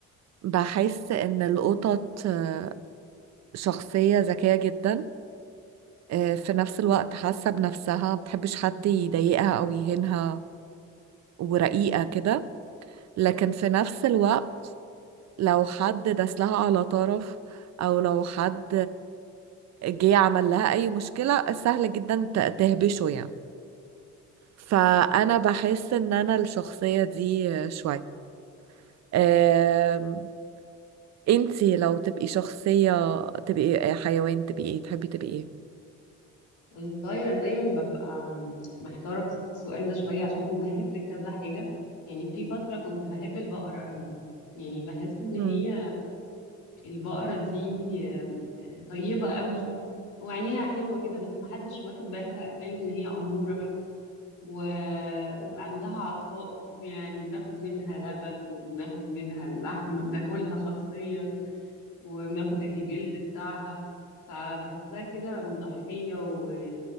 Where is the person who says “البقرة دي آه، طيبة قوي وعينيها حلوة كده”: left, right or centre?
Left